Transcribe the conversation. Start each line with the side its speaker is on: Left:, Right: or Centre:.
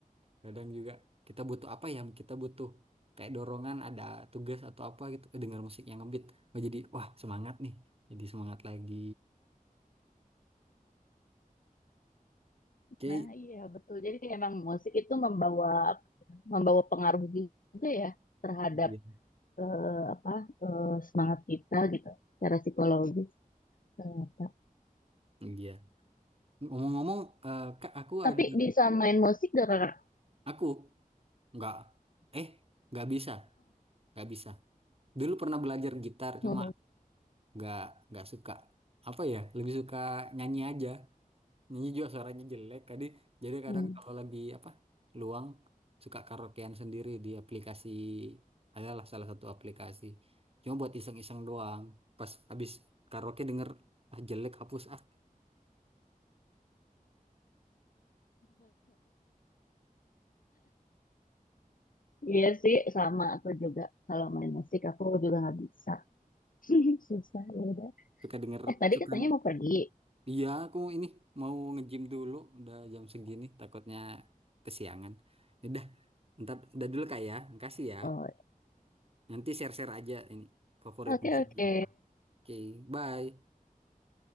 Right: kadang juga kita butuh apa ya kita butuh kayak dorongan ada tugas atau apa gitu eh, dengar musik yang ngebeat oh jadi wah semangat nih jadi semangat lagi oke
Left: Nah, iya betul. Jadi kayak emang musik itu membawa membawa pengaruh juga ya terhadap
Right: Iya.
Left: eh, apa eh, semangat kita gitu, secara psikologis ternyata.
Right: Iya. Ngomong-ngomong, eh, Kak, aku
Left: Tapi
Right: ada
Left: bisa main musik dari kakak.
Right: aku nggak eh nggak bisa nggak bisa. Dulu pernah belajar gitar, cuma
Left: Oh.
Right: nggak nggak suka apa ya lebih suka nyanyi aja nyanyi juga suaranya jelek tadi jadi kadang
Left: Hmm.
Right: kalau lagi apa luang suka karaokean sendiri di aplikasi adalah salah satu aplikasi cuma buat iseng-iseng doang pas habis karaoke denger ah jelek hapus ah
Left: Iya sih, sama aku juga. Kalau main musik aku juga nggak bisa. <laughs> Susah ya udah.
Right: suka denger
Left: Eh tadi
Right: suka
Left: katanya mau pergi.
Right: iya aku ini mau nge-gym dulu udah jam segini takutnya kesiangan Ya udah ntar udah dulu kak ya makasih ya
Left: Oh,
Right: nanti share-share aja ini favorit
Left: oke
Right: musiknya
Left: oke.
Right: Oke, bye.